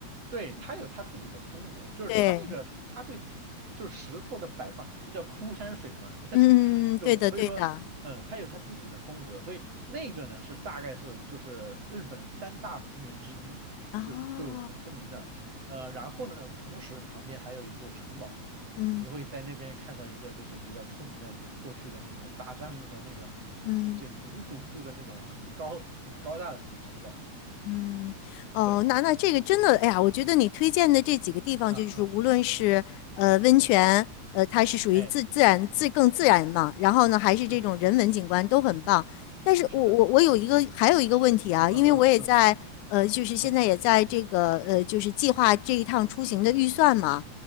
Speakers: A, on the right; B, on the left.
A: 对，他有他自己的风格，就是他那个他对就是石头的摆放，
B: 对，
A: 就叫枯山水嘛。<laughs> 但是
B: 嗯，嗯嗯对的对的，
A: 就所以说，嗯，他有他自己的风格，所以那个呢是大概是就是日本三大名园之一，
B: 哦，
A: 就就很出名的。呃，然后呢，同时旁边还有一座城堡，
B: 嗯
A: 你会在那边看到一个就是比较出名的，就是过去的那种打仗用的那个就就领主住的那种很高很高大的城堡。
B: 嗯。嗯，哦，
A: 对，
B: 那那这个真的，哎呀，我觉得你推荐的这几个地方，
A: 嗯嗯嗯，
B: 就是无论是呃温泉，呃，它是属于自自然自更自然嘛，
A: 哎
B: 然后呢，还是这种人文景观都很棒。
A: 是。
B: 但是我我我有一个还有一个问题啊，
A: 是的，嗯嗯嗯嗯
B: 因为我也在呃，就是现在也在这个呃，
A: 嗯
B: 就是计划这一趟出行的预算嘛，